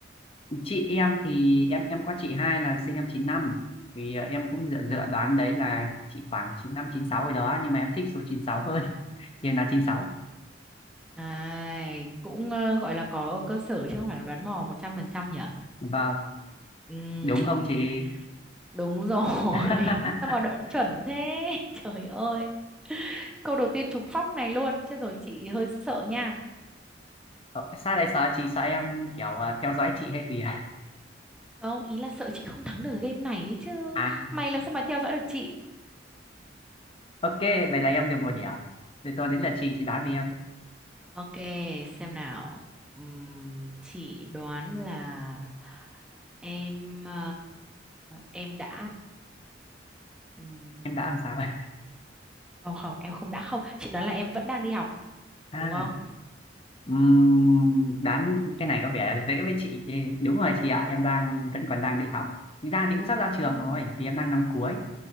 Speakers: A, on the left; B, in the centre.
A: chị em thì em em có chị hai là sinh năm 95. Thì à, em cũng dựa, dựa đoán đấy là chị khoảng chín lăm chín sáu rồi đó. Nhưng mà em thích số chín sáu hơn. <laughs> Thì em là chín sáu
B: À, cũng ờ, gọi là có cơ sở chứ không phải là đoán mò 100% nhỉ?
A: Vâng,
B: Ừm,
A: đúng không chị?
B: đúng rồi.
A: <laughs>
B: <laughs> Sao mà đoán chuẩn thế? <laughs> Trời ơi. Câu đầu tiên trúng phóc này luôn. Chết rồi chị hơi sợ nha.
A: Ờ, Sao lại sợ chị? Sợ em kiểu à, theo dõi chị hay gì à?
B: Không, ý là sợ chị không thắng được game này ấy chứ.
A: À,
B: Mày làm sao mà theo dõi được chị?
A: ok, vậy là em được một điểm. Rồi tôi đến là chị, chị đoán về em.
B: Ok, xem nào. Ừm, chị đoán là em ờ, em đã ừm,
A: Em đã làm sao? <laughs>
B: không không em không đã không chị đoán là em vẫn đang đi học
A: À.
B: đúng không?
A: Ừm, đoán cái này có vẻ dễ với chị Thì đúng rồi chị ạ em đang vẫn còn đang đi học Thực ra thì cũng sắp ra trường
B: Ừ.
A: rồi vì em đang năm cuối